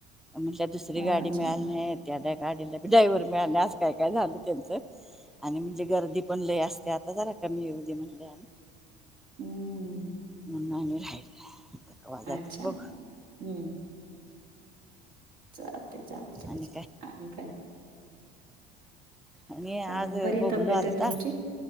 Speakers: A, in the centre; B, on the right (about 70°).
A: म्हटल्या दुसरी
B: अच्छा
A: गाडी मिळाली नाहीत. त्याड्या काढलाी ड्रायव्हर मिळाले असं काय काय झालं त्यांचं आणि म्हणजे गर्दी पण लय असते आता जरा कमी येऊ दे म्हणले.
B: हम्म.
A: मुन् नाही नाही रायला त वा जात
B: अच्छा
A: बोघ.
B: हम्म चाल ते चालते
A: आणि
B: आणि काय?
A: आणिी
B: काय
A: आज
B: आणि बरी आहे
A: बबलो
B: तब्येत
A: आलता.
B: तेन तुमची